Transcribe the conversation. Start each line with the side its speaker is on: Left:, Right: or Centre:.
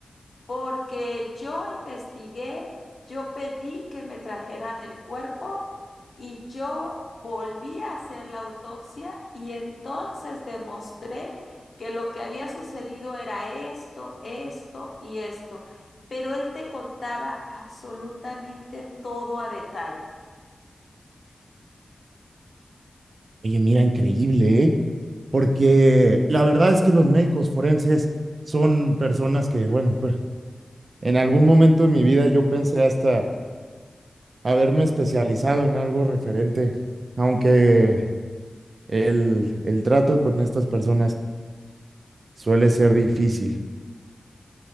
Left: porque yo investigué, yo pedí que me trajeran el cuerpo y yo volví a hacer la autopsia y entonces demostré que lo que había sucedido era esto, esto y esto. Pero él te contaba absolutamente todo a detalle.
Right: Oye, mira, increíble, ¿eh? Porque la verdad es que los médicos forenses son personas que, bueno, pues en algún momento de mi vida yo pensé hasta haberme especializado en algo referente, aunque el, el trato con estas personas suele ser difícil.